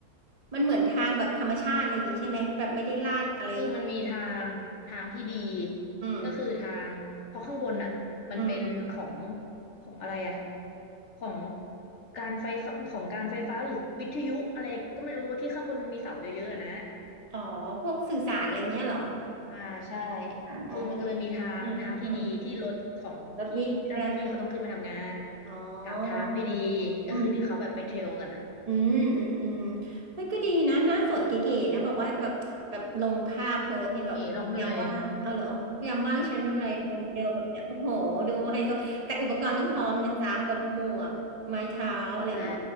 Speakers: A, on the right; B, on the left.
A: มันเหมือนทางแบบธรรมชาติอะไรอย่างนี้ใช่ไหม แบบไม่ได้ลาดอะไร
B: คือมันมีทางทางที่ดี
A: อืม
B: ก็คือทางเพราะข้างบนอ่ะมันเป็นของ
A: อืม
B: ของอะไรอ่ะของการไฟฟ้าของการไฟฟ้าหรือวิทยุอะไรก็ไม่รู้ว่าที่ข้างบนมันมีเสาเยอะๆอะนะ
A: อ๋อ พวกสื่อสารอะไรเงี้ยเหรอ
B: อ่าใช่
A: สารอ๋อ
B: คือมันก็เลยมีทางทางที่ดีที่รถของที่เจ้าหน้าที่เขาต้องขึ้นมาทำงาน
A: อืมอืมรถวิ่งได้อ๋อ
B: กับทางไม่ดีก็คือที่เขาแบบไปเทรลกันอ่ะ
A: อืมอืม อืมอืมอืมเฮ้ยก็ดีนะน่าสนเก๋ๆนะบอกว่าแบบแบบลงภาพโพสต์เนี่ยแบบยามว่างเอาเหรอยามว่างฉันอะไรเดินเทรลแบบเนี้ยโอ้โหดูไฮโซแต่อุปกรณ์ต้องพร้อมนะจ๊ะแบบหมวกไม้เท้าอะไรอย่างงี้
B: ไม่เก๋หรอกเหนื่อย <laughs> ใช่